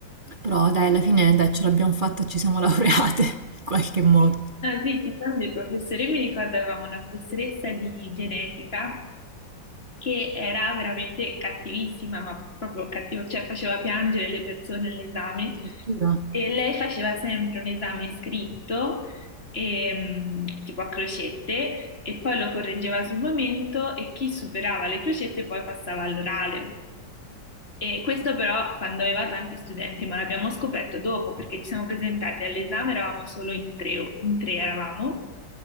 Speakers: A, on the right (about 35°); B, on the left (about 30°).
A: però dai, alla fine dai, ce l'abbiamo fatta, e ci siamo laureate <laughs> in qualche modo.
B: Ah, sì, ci sono dei professori, mi ricordo avevamo una professoressa di genetica che era veramente cattivissima, ma proprio cattiva, cioè faceva piangere le persone all'esame
A: Addirittura,
B: e lei faceva sempre un esame scritto, ehm, tipo a crocette, e poi lo correggeva sul momento e chi superava le crocette poi passava all'orale. E questo però quando aveva tanti studenti, ma l'abbiamo scoperto dopo perché ci siamo presentati all'esame, eravamo solo in tre, in tre eravamo,